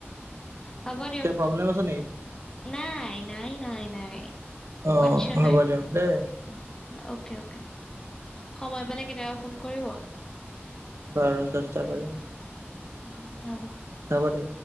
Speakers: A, on the left; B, on the right.
A: হ'ব দিয়ক
B: কিবা প্ৰব্লেম আছে নেকি
A: নাই নাই নাই নাই
B: অ
A: কছ নাইেে
B: হ'ব দিয়ক দেই
A: সময় পালে কেতিয়াবা ফোন কৰিব
B: বাৰু চেষ্টা কৰিম
A: উম হব
B: তাবা দে